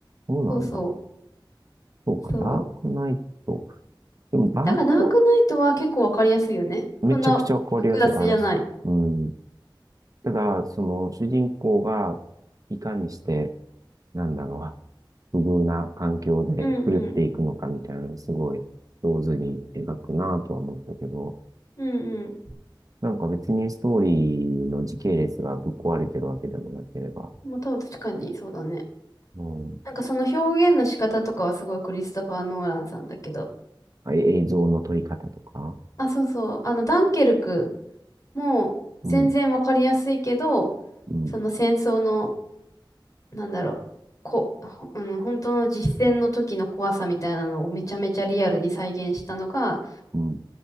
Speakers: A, on the right (about 45°); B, on the left (about 40°).
A: そうなんだ。
B: そうそ
A: そうか、
B: う。
A: ダークナイト。
B: そう。
A: でもダークナイ
B: だからダークナイトは結構わかりやすいよね。
A: ト、めちゃくちゃわかりやすい。
B: そんな複雑じゃない。
A: あれです。うん。ただ、その、主人公がいかにして、なんだろう、不遇な環境で狂っていくのかみたいな、
B: うんうん。
A: すごい上手に描くなとは思ったけど、
B: うんう
A: なんか別にストーリーの時系列がぶっ壊れてるわけでもなければ、
B: ん。まあ、多分確かにそうだね。
A: うん、
B: なんかその表現の仕方とかはすごいクリストファー・ノーランさんだけど。
A: あ映像の撮り方とか、
B: あ、そうそう。あの、ダンケルクも全然わかりやすいけど、
A: うん、うん、
B: その戦争の、なんだろう。こ、ほうん、本当の実戦の時の怖さみたいなのをめちゃめちゃリアルに再現したのが、
A: うん、